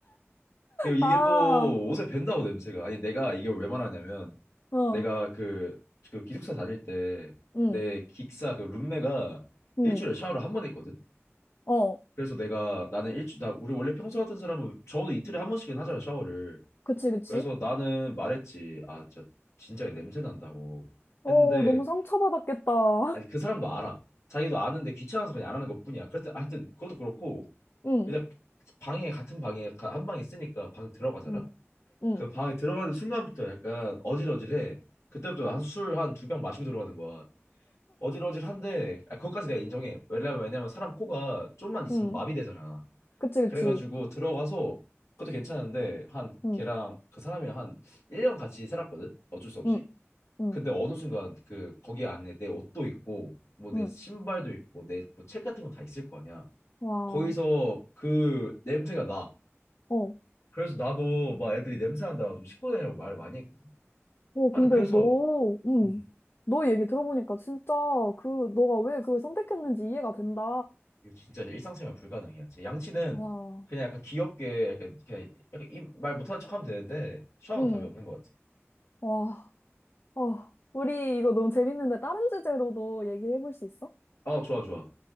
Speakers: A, on the left; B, on the left.
A: 그리고 이게
B: 아,
A: 또 옷에 밴다고 냄새가. 아니 내가 이걸 왜 말하냐면
B: 어,
A: 내가 그, 그 기숙사 다닐 때
B: 응,
A: 내 기숙사 그 룸메가
B: 응,
A: 일주일에 샤워를 한 번 했거든.
B: 어,
A: 그래서 내가 나는 일주 나 우리 원래 평소 같은 사람은 적어도 이틀에 한 번씩은 하잖아 샤워를.
B: 그치, 그치.
A: 그래서 나는 말했지. 아, 저 진짜 냄새 난다고
B: 어,
A: 했는데
B: 너무 상처받았겠다. <laughs>
A: 아니 그 사람도 알아. 자기도 아는데 귀찮아서 그냥 안 하는 것뿐이야. 그래서 하여튼 그것도 그렇고
B: 응,
A: 일단 방에 같은 방에 가- 한 방에 쓰니까 방 들어가잖아.
B: 응, 응,
A: 그 방에 들어가는 순간부터 약간 어질어질해. 그때부터 한 술 한 두 병 마시고 들어가는 거야. 어질어질한데 아, 그것까지 내가 인정해. 왜냐면 왜냐면 사람 코가 좀만 있으면
B: 응,
A: 마비되잖아.
B: 그치, 그치.
A: 그래가지고 들어가서 그것도 괜찮은데 한
B: 응,
A: 걔랑 그 사람이 한 1년 같이 살았거든. 어쩔 수 없이.
B: 응, 응,
A: 근데 어느 순간 그 거기 안에 내 옷도 있고 뭐 내
B: 응.
A: 신발도 있고 내 뭐 책 같은 거 다 있을 거 아니야.
B: 와,
A: 거기서 그 냄새가 나.
B: 어,
A: 그래서 나도 막 애들이 냄새 난다고 좀 씻고 다니라고 말을 많이 했거든.
B: 어,
A: 하여튼
B: 근데
A: 그래서
B: 너, 응
A: 음.
B: 너 얘기 들어보니까 진짜 그, 너가 왜 그걸 선택했는지 이해가 된다.
A: 이거 진짜 일상생활 불가능이야. 제 양치는
B: 와,
A: 그냥 약간 귀엽게 약간 그냥 약간 이 말 못하는 척하면 되는데 샤워는
B: 응.
A: 답이 없는 것 같아.
B: 와. 어, 우리 이거 너무 재밌는데 다른 주제로도 얘기해 볼 수 있어?
A: 어, 좋아, 좋아.